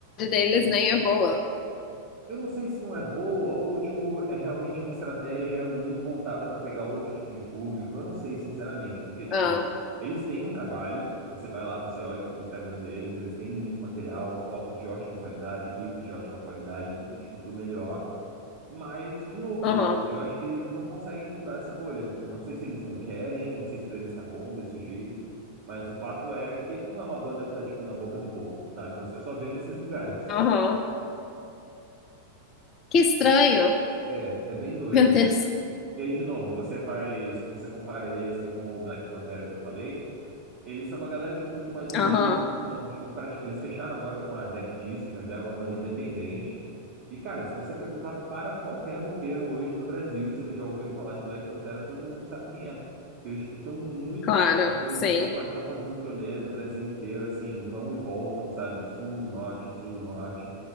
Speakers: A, on the left (about 35°); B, on the right (about 45°).
A: deles nem é boa.
B: Eu não sei se não é boa ou, tipo, é realmente uma estratégia muito voltada para pegar outro tipo de público. Eu não sei, sinceramente, porque, tipo,
A: Ah,
B: eles têm um trabalho. Você vai lá, você olha o Instagram deles, eles têm muito material, fotos de ótima qualidade, clipes de ótima qualidade, é tudo, tipo, do melhor. Mas, de novo,
A: aham.
B: eu, eu acho que eles não conseguem furar essa bolha. Não sei se eles não querem, não sei se pra eles tá bom desse jeito, mas o fato é que não é uma banda que tá, tipo, na boca do povo, sabe? Você só vê nesses lugares.
A: Aham. Que estranho.
B: É, é bem doido.
A: <laughs> Meu Deus.
B: E aí, de novo, você faz, você compara esse com o Black Pantera que eu falei. Eles são uma galera, tipo, muito mais humilde.
A: Aham,
B: Então, tipo, prati- eles fecharam agora com a Deck Disc, mas era uma banda independente. E, cara, se você perguntar para qualquer roqueiro hoje no Brasil, se eles já ouviram falar de Black Pantera, todo mundo sabe quem é. Eles, tipo, estão muito
A: claro,
B: notórios
A: sim,
B: e estão fazendo turnê no Brasil inteiro, assim, vão e voltam, sabe? Sul, norte, sul, norte.